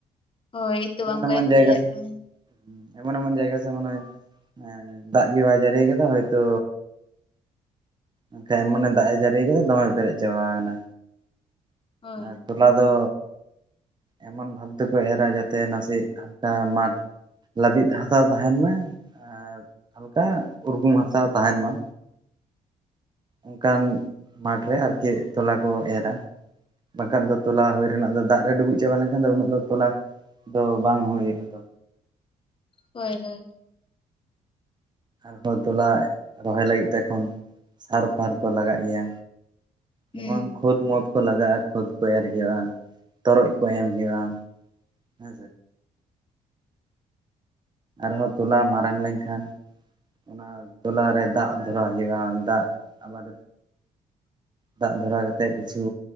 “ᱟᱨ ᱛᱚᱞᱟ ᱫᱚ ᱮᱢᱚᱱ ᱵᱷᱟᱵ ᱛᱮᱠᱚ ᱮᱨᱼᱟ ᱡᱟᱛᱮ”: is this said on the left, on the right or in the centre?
Right